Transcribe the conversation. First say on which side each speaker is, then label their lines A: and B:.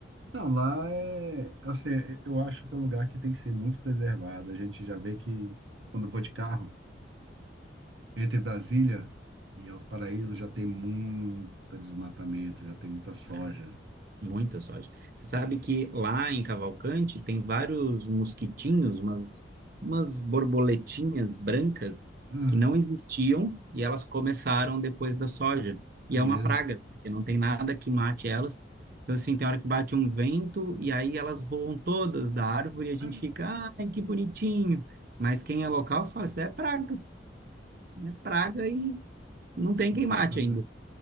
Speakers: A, on the right; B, on the right.
A: Não, lá é, assim, eu acho que é um lugar que tem que ser muito preservado. A gente já vê que quando eu vou de carro, entre Brasília e Alto Paraíso já tem muito desmatamento, já tem muita soja.
B: É. Muita soja Você sabe que lá em Cavalcante tem vários mosquitinhos, umas, umas borboletinhas brancas
A: Ah,
B: que não existiam e elas começaram depois da soja. E
A: é
B: é uma
A: mesmo?
B: praga, porque não tem nada que mate elas. Então, assim, tem hora que bate um vento e aí elas voam todas da árvore e a gente
A: Mas
B: fica, ai, que bonitinho. Mas quem é local fala, isso é praga, é praga e não tem
A: não
B: quem
A: tem
B: mate
A: o que fazer.
B: ainda.